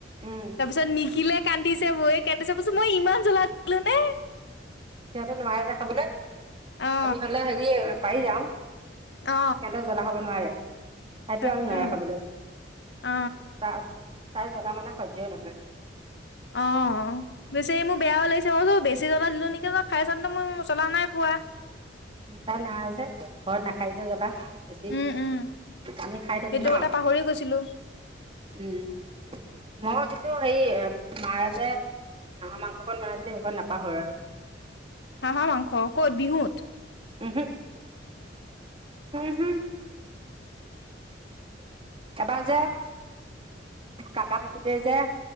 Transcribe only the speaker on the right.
উম
সিহঁতে নোৱাৰে যে খাবলৈ
আমি হ'লে হেৰি পাৰি যাওঁ।
সিহঁতে জ্বলা খাব নোৱাৰে, তাইতো
আৰু নোৱাৰে খাবলৈ।
তাই জ্বলা মানে সহ্য য়ে নহয়।
তাই নোৱাৰে যে ঘৰত নাখাই যে জ্বলা বেছি।
আমি খাই থাকো
ন,
উম মই তোৰ হেৰি মাইয়ে যে হাঁহৰ মাংসকণ বনাইছিলে সেইকণ নাপাহৰো আৰু।
উমহু উম হম এবাৰ যে কাকা থাকোতে যে